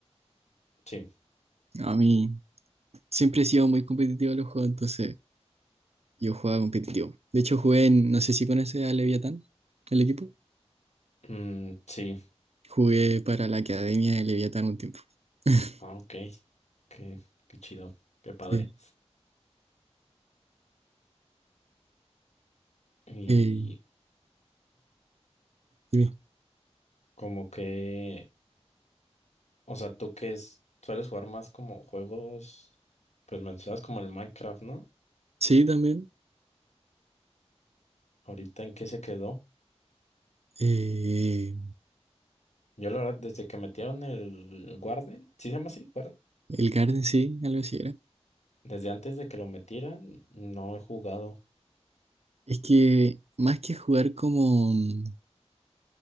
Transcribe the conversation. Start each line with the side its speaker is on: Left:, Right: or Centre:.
Left: Sí,
Right: A mí, siempre he sido muy competitivo en los juegos, entonces yo jugaba competitivo. De hecho, jugué en, no sé si conoces a Leviatán, el equipo.
Left: Mm, sí,
Right: Jugué para la academia de Leviatán un tiempo. <laughs>
Left: ah, ok, qué, qué chido, qué padre.
Right: Sí.
Left: Y
Right: Eh, dime.
Left: como que, o sea, tú que es, sueles jugar más como juegos, pues mencionas como el Minecraft, ¿no?
Right: Sí, también.
Left: Ahorita en qué se quedó.
Right: eh,
Left: Yo la verdad, desde que metieron el Guardian, ¿sí se llama así?
Right: el Garden sí, algo así era.
Left: Desde antes de que lo metieran, no he jugado.
Right: Es que más que jugar como, mm,